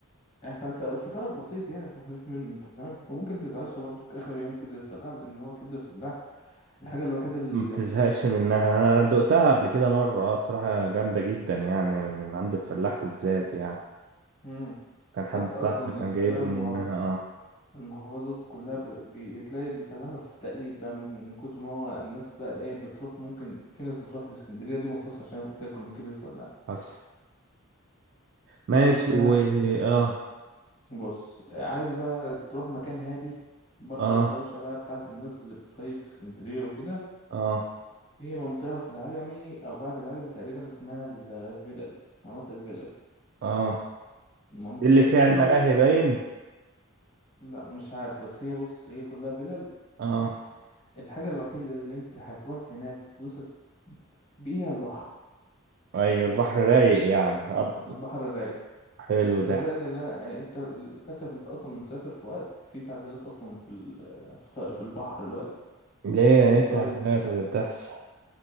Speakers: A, on the left (about 35°); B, on the right (about 55°).
A: يعني فانت فطارك بسيط يعني في الخفيف منه انت فاهم وممكن تتعشى برضو اخر يوم كبدة الفلاح لان هو كبدة الفلاح الحاجة الوحيدة اللي
B: ما بتزهقش منها انا دقتها قبل كده مره اه الصراحه جامده جدا يعني من عند الفلاح بالذات يعني
A: مم.
B: كان حد
A: حتى
B: صاحبي
A: أصلا
B: كان
A: أنت
B: جايب
A: فاهم
B: لي
A: المحافظ...
B: منها اه
A: المحافظات كلها ب... بتلاقي الفلاح بس التقليد بقى من من كتر ما هو الناس بقى إيه بتروح ممكن في ناس بتروح الإسكندرية دي مخصوص عشان تاكل من كبدة الفلاح
B: حصل ماشي
A: فأنت
B: و اه
A: بص عايز بقى تروح مكان هادي بره
B: اه
A: الدوشة بقى بتاعت الناس اللي بتصيف في اسكندرية وكده
B: اه
A: في منطقة في العجمي أو بعد العجمي تقريبا اسمها الفلل مناطق الفلل
B: اه
A: المنطقة
B: اللي فيها
A: دي
B: الملاهي باين
A: لا مش عارف بس هي بص هي كلها فلل
B: اه
A: تمام الحاجة الوحيدة اللي انت هتروح هناك تتبسط بيها البحر
B: ايوه البحر رايق يعني أب...
A: البحر الرايق
B: حلو
A: ده
B: ده
A: زائد ان انا يعني انت للاسف انت اصلا مسافر في وقت في تعديلات اصلا في ال- في ط- في البحر دلوقتي
B: ليه
A: في
B: ايه
A: الطريق
B: التعديلات اللي بتحصل